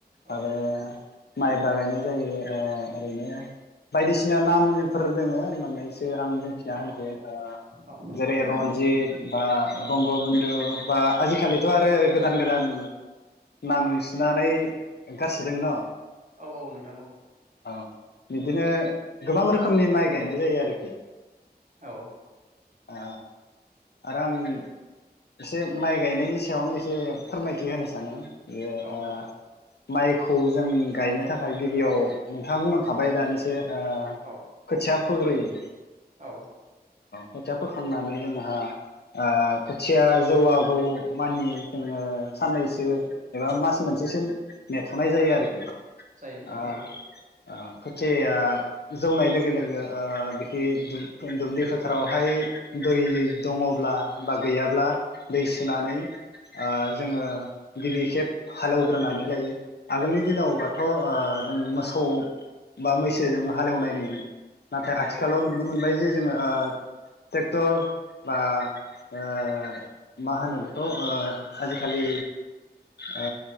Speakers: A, on the right; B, on the left.
A: औ
B: आरो। माइब्रा गायनाय जायो ओ ओरैनो बायदिसिना नामफोर दोङो मोननै सो आं बुंथिना
A: औ
B: होनसै ओ।
A: औ
B: जेरै रनजित बा
A: औ
B: बंग बुन्धु। <inaudible> बा आजिखालिथ' आरो गोदान गोदान नाम सुनानै ओंखारसोदों न?
A: औ औ नोंथां औ।
B: औ बिदिनो गोबां रोखोमनि माइ गायनाय जायो आरोखि।
A: औ।
B: ओ आरो आंनि इसे माइ गायनाय सायावनो एसे फोरमायथि होनो सानो। बेयो
A: औ
B: ओ।
A: नोंथां
B: माइखौ जों गायनो थाखाय गिबियाव नोंथाङा बुंलांखाबाय दानिसो। ओ
A: औ
B: खोथिया फोग्रोयो।
A: औ
B: खोथिया फोखांनानै जोंहा ओ खोथिया जौवागौ मानि जोंङो साननैसो एबा मास मोनसेसिम नेथ'नाय जायो आरोखि।
A: जायो
B: ओ
A: नोंथां औ।
B: ओ खोथिया या जौनाय लोगो लोगो ओ बिखि दु दुब्लि फो थारावहाय दै दङब्ला बा गैयाब्ला दै सोनानै ओ जोंङो गिबि खेब हालेवग्रोनानै लायो आगोलनि दिनावबाथ' ओ जों मोसौ बा मैसोजों हालेवनाय नुयोमोन। नाथाय
A: नुयो
B: आथिखालाव नुनो मोनबाय जे जोंङो ओ। टेक्टर बा ओ मा होनो बेखौ ओ आजिखालि ओ